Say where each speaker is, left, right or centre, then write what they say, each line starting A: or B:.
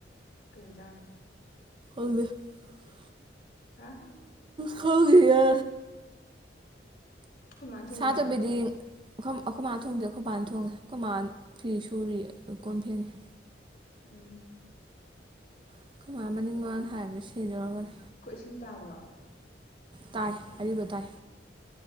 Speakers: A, on the left; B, on the right.
A: ꯀꯩꯏꯟꯖꯥꯡ꯫
B: <unintelligible>
A: ꯍꯥ꯫
B: ꯈꯪꯗꯤꯌꯦ꯫
A: ꯈꯣꯏꯃꯥꯅ ꯊꯣꯡꯉꯤꯔꯣ
B: ꯁꯥꯇꯣꯝꯕꯤꯗꯤ꯫ ꯑꯈꯣꯏ ꯑꯩꯈꯣꯏ ꯃꯥ ꯊꯣꯡꯗꯦ ꯑꯩꯈꯣꯏꯕꯥꯥꯅ ꯊꯣꯡꯉꯦ꯫ ꯑꯩꯈꯣꯏꯃꯥꯟ ꯐꯤ ꯁꯨꯔꯤꯌꯦ꯫ ꯀꯣꯟ ꯐꯦꯡꯉꯤ꯫
A: ꯎꯝ꯫
B: ꯑꯩꯈꯣꯏ ꯃꯅꯤꯡ ꯃꯔꯥꯡ ꯍꯥꯏꯕꯗꯨꯣ ꯁꯤꯗꯣꯏꯔꯕꯅꯤ
A: ꯑꯩꯈꯣꯏ ꯏꯁꯤꯡ ꯇꯥꯕ꯭ꯔꯣ
B: ꯇꯥꯏ ꯑꯔꯤꯕ ꯇꯥꯏ